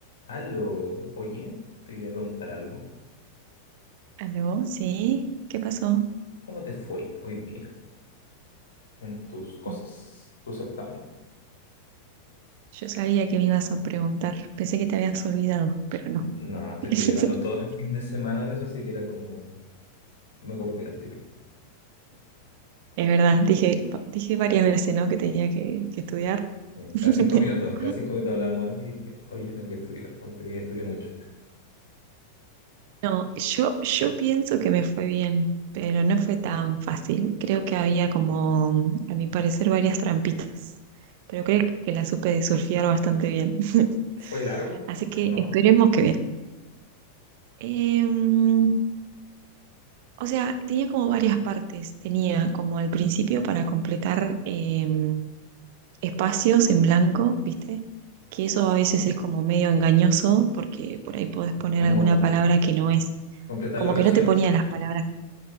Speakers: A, on the left; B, on the right.
A: Aló, oye, te quería preguntar algo.
B: ¿Aló? ¿Sí? ¿Qué pasó?
A: ¿Cómo te fue hoy día en tus cosas,
B: Mm.
A: tu certamen?
B: Yo sabía que me ibas a preguntar. Pensé que te habías olvidado, pero no.
A: N- No, estoy,
B: <laughs>
A: estoy llorando todo el fin de semana de eso, así que era como, me acordé al tiro.
B: Es verdad, dije, dije varias veces, ¿no? Que tenía que, que estudiar.
A: Sí,
B: <laughs>
A: Cada cinco minutos, cada cinco minutos hablamos algo y, oye, tengo que estudiar, oye, hoy día estudié mucho.
B: No, yo, yo pienso que me fue bien, pero no fue tan fácil. Creo que había como, mm, a mi parecer, varias trampitas, pero creo que la supe de surfear bastante bien. <laughs>
A: ¿Fue largo
B: Así que
A: o no?
B: esperemos que bien. Em, O sea, tenía como varias partes. Tenía como al principio para completar em, espacios en blanco, ¿viste? Que eso a veces es como medio engañoso porque por ahí podés poner
A: ¿Cómo
B: alguna palabra que no es.
A: completar
B: Como
A: la oración?
B: que no te ponía las
A: ¿No?
B: palabras.